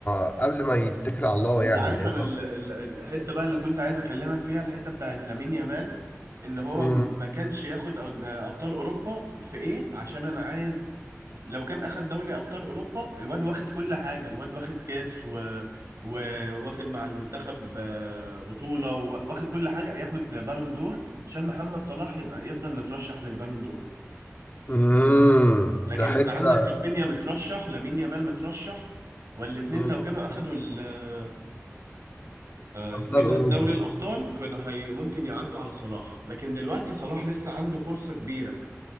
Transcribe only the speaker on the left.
قبل ما يتكل على الله
يعني
لان
مم.
مم.
ده
حته
مم.
ابطال
اوروبا